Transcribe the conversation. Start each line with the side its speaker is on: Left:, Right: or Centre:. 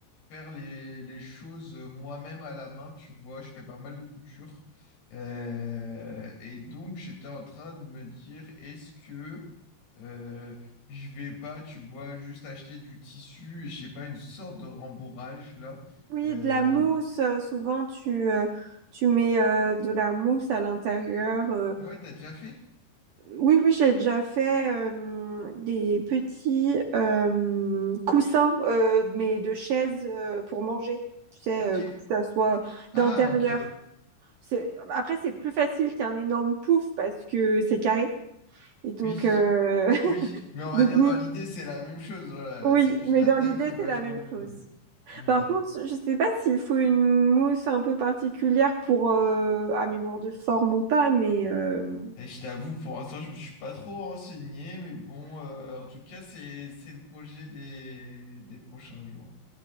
Left: faire les, les choses euh, moi-même à la main, tu vois, je fais pas mal de couture. Euh, et donc j'étais en train de me dire, est-ce que euh, je vais pas, tu vois, juste acheter du tissu et je sais pas, une sorte de rembourrage là.
Right: Oui,
Left: Euh,
Right: de la mousse. euh, souvent, tu, euh, tu mets euh, de la mousse à l'intérieur. euh.
Left: ouais, t'as déjà fait?
Right: Oui, oui, j'ai déjà fait euh, des petits euh, coussins, euh, mais de chaises euh, pour manger. Tu sais,
Left: Ok.
Right: euh, que ça soit
Left: Ah,
Right: d'intérieur.
Left: ok.
Right: C'est... Après, c'est plus facile qu'un énorme pouf parce que c'est carré. Et donc,
Left: Oui.
Right: euh...
Left: Oui, mais on
Right: <laughs>
Left: va
Right: donc
Left: dire
Right: oui,
Left: dans l'idée, c'est la même chose. Voilà, là,
Right: oui,
Left: c'est juste
Right: mais
Left: la
Right: dans
Left: taille
Right: l'idée,
Left: qui va
Right: c'est la
Left: changer.
Right: même chose.
Left: Ouais.
Right: Par contre, je sais pas s'il faut une mousse un peu particulière pour euh, à mémoire de forme ou pas, mais euh,
Left: Et je t'avoue, pour l'instant, je me suis pas trop renseigné, mais bon, euh, en tout cas, c'est c'est le projet des des prochains jours.